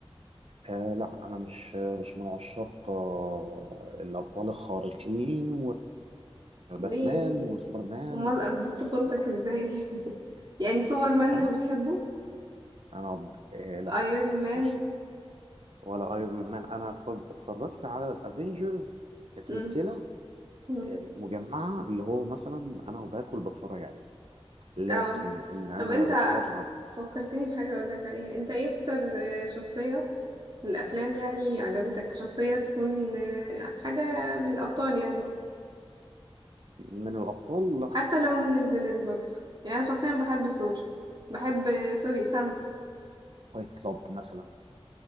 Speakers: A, on the right; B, on the right.
A: آه لا أنا مش مش من عشاق آه الأبطال الخارقين وباتمان
B: ليه
A: وسوبرمان
B: امال
A: و...
B: قضيت طفولتك
A: لا
B: ازاي <laughs> يعني سوبر مان
A: أنا
B: مش بتحبه
A: أنا آه لا
B: ايرون مان
A: مش ولا أيرون مان أنا اتفرج... اتفرجت على الأفينجرز كسلسلة
B: مم. مم.
A: آه مجمعة اللي هو مثلا أنا وباكل بتفرج عليه لكن
B: اه
A: إن أنا
B: طب انت
A: أتفرج
B: فكرتني بحاجة اقول لك عليها انت ايه اكتر آه، شخصية في الافلام يعني عجبتك شخصية تكون آه، حاجة من الابطال يعني
A: من الأبطال لا
B: حتى لو من الفيلن برضه يعني انا شخصيا بحب سور بحب سوري سانوس
A: فايت كلاب مثلا